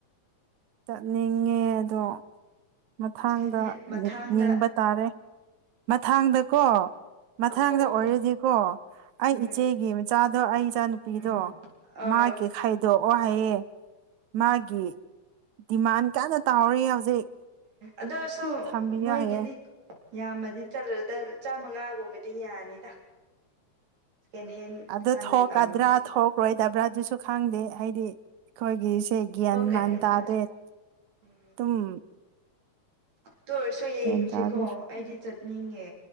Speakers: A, on the right; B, on the right.
A: ꯆꯠꯅꯤꯡꯉꯦ ꯑꯗꯣ ꯃꯊꯥꯡꯗ
B: ꯁꯦꯀꯦꯟ ꯍꯦꯟ ꯃꯊꯥꯡꯗ
A: ꯌꯦꯡꯕ ꯇꯥꯔꯦ ꯃꯊꯥꯡꯗꯀꯣ ꯃꯊꯪꯗ
B: ꯑꯣ
A: ꯑꯣꯏꯔꯗꯤꯀꯣ ꯑꯩ
B: ꯎꯝ
A: ꯏꯆꯦꯒꯤ ꯃꯆꯥꯗꯣ ꯑꯩ ꯏꯆꯥꯟꯨꯄꯤꯗꯣ
B: ꯎꯝ ꯑꯥ
A: ꯃꯥꯒꯤꯦ ꯈꯥꯏꯗꯣꯛꯑꯣ ꯍꯥꯏꯌꯦ ꯃꯥꯒꯤ ꯗꯤꯃꯥꯟ ꯀꯟꯅ ꯇꯧꯔꯤ ꯍꯧꯖꯤꯛ
B: ꯑꯗꯣꯁꯨ
A: ꯊꯝꯕꯤꯌꯣ
B: ꯃꯣꯏꯒꯤꯗꯤ
A: ꯍꯥꯏꯌꯦ
B: ꯌꯥꯝꯃꯗꯤ ꯆꯠꯂꯗ ꯆꯥꯃꯉꯥꯒꯨꯝꯕꯗꯤ ꯌꯥꯅꯤꯗ ꯁꯦꯀꯦꯟ ꯍꯦꯟ
A: ꯑꯗꯨ
B: ꯈꯟꯒꯦ
A: ꯊꯣꯛꯀꯗ꯭ꯔꯥ
B: ꯇꯧꯔꯗꯤ
A: ꯊꯣꯛꯂꯣꯏꯗꯕ꯭ꯔꯥ ꯑꯗꯨꯁꯨ ꯈꯪꯗꯦ ꯍꯥꯏꯗꯤ ꯑꯩꯈꯣꯏꯒꯤ ꯒꯤꯌꯥꯟ
B: ꯊꯣꯛꯀꯅꯤꯗ
A: ꯃꯥꯟ ꯇꯥꯗꯦ ꯑꯗꯨꯝ
B: ꯎꯝ ꯇꯨꯔꯁꯨ ꯌꯦꯡꯁꯤꯀꯣ
A: ꯒ꯭ꯌꯥꯟ ꯇꯥꯗꯦ
B: ꯑꯩꯗꯤ ꯆꯠꯅꯤꯡꯉꯦ